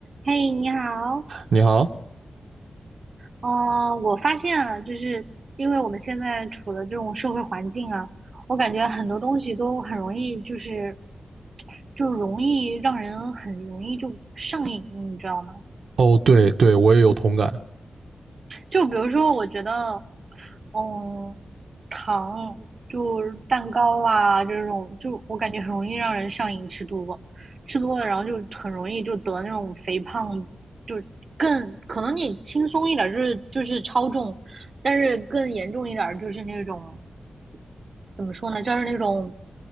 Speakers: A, on the right; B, on the right.
A: 嘿，你好，
B: 你好，
A: 哦，我发现了，就是因为我们现在处的这种社会环境啊，我感觉很多东西都很容易，就是就容易让人很容易就上瘾，你知道吗？
B: 哦，对对，我也有同感，
A: 就比如说，我觉得，嗯，糖就是蛋糕啊这种，就我感觉很容易让人上瘾，吃多，吃多了，然后就很容易就得那种肥胖，就更可能你轻松一点儿就是就是超重，但是更严重一点儿就是那种怎么说呢，就是那种